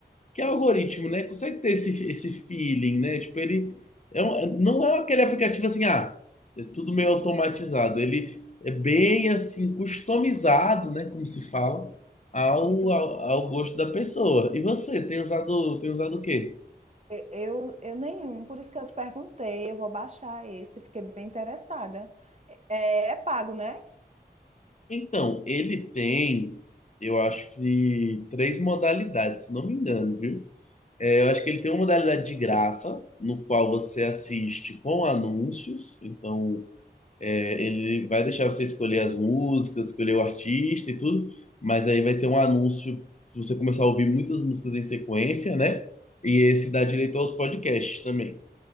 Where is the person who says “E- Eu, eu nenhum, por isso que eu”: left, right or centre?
Right